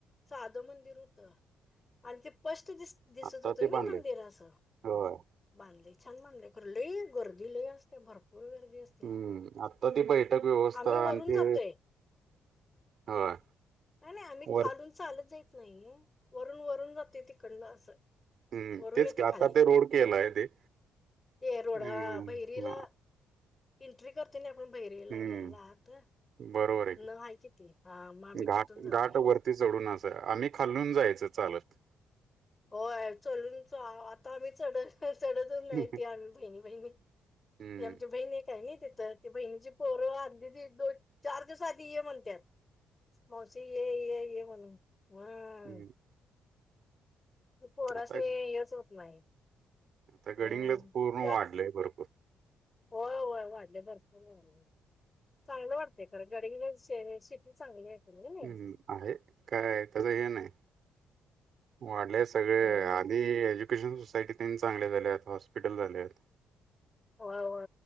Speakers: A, on the left; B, on the right.
A: साधं मंदिर होत आणि ते स्पष्ट दिसत. दिसत
B: आत्ता
A: होत
B: ते
A: ना
B: बांधले
A: मंदिर असं
B: होय
A: बांधले छान बांधले खर लय गर लय असते भरपूर गर्दी असते
B: हम्म आता ती बैठक व्यवस्था
A: आम्ही वरून
B: आणि ते
A: जातोय.
B: होय
A: नाही नाही आमही
B: वर
A: खालु चालत जात नाही वरून वरून जाते तिकडन असं.
B: हम्म
A: वरून
B: तेच
A: येते
B: आता
A: खाली
B: ते रोड केलाय ते
A: ते रोडा
B: हम्
A: भैरीला
B: ह.
A: एंट्री करते ना आपण बैरयला
B: हम्म
A: यायला आत
B: बरोबर
A: तिथन
B: आहे की
A: आहेय ते ह मग मी
B: घाट
A: तिथून जातोय.
B: घाट वरती चढून अस आम्ही खालून जायच चालत.
A: होय चलूनच आता आम्ही चढ चढतच
B: हम्म
A: नाहीती आम्ही बहिणी बहिणी.
B: हम्म
A: ही आमची बहीण एकय हाय नाय तिथ. बहिणीची पोरं अधी दो दोन चार दिवस आधी ये म्हणत्यात. मौशी ये ये ये म्हणून. हा
B: हम्
A: पोरसनी
B: आता
A: यच होत नाही.
B: आता
A: हम्म
B: गडिंगलच पूर्ण
A: त्यात
B: वाढलंय भरपूर.
A: होय होय वाढलय भरपूर वाढलाय. चांगलं वाटतय खरं गंडीगलज श शिटी चांगली आहे. खरं कणी
B: हम्म आहे काय आहे तसं हे नाही. वाडलय सगळे
A: होय
B: आधी श सोसायटी त्यान चांगल्य झाल्यात हॉस्पिटल झाल्यात.
A: वा वा